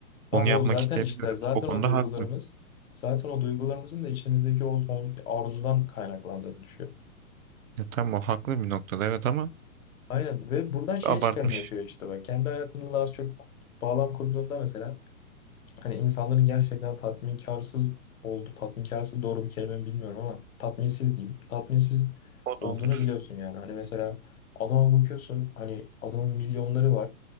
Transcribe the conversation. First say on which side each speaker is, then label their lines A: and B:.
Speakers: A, on the right (about 65°); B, on the left (about 75°).
A: onu
B: Tam
A: yapmak
B: o zaten
A: isteyebiliyoruz.
B: işte zaten
A: O konuda
B: o duygularımız
A: haklı.
B: zaten o duygularımızın da içimizdeki o o arzudan kaynaklandığını düşüyor.
A: Ya, tamam o haklı bir noktada evet ama
B: Aynen ve buradan şeye
A: abartmış.
B: çıkarım yapıyor işte bak. Kendi hayatında da az çok bağlam kurduğunda mesela Hani insanların gerçekten tatminkarsız oldu. Tatminkarsız doğru bir kelime mi bilmiyorum ama tatminsiz diyeyim. Tatminsiz
A: O
B: olduğunu
A: da olur.
B: biliyorsun yani. Hani mesela adama bakıyorsun hani adamın milyonları var